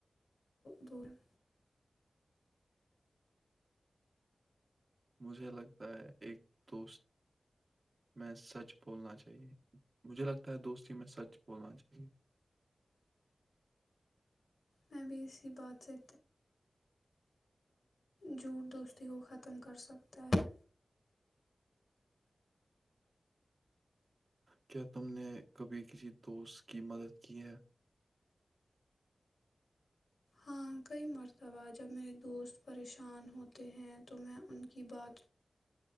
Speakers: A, on the left; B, on the right.
A: دورم
B: مجھے لگتا ہے ایک دوست میں سچ بولنا چاہیے مجھے لگتا ہے دوستی میں سچ بولنا چاہیے
A: میں بھی اسی بات سے جھوٹ دوستی کو ختم کرسکتا ہے
B: کیا تم نے کبھی کسی دوست کی مدد کی ہے
A: ہاں کئی مرتبہ جب میرے دوست پریشان ہوتے ہیں تو میں ان کی بات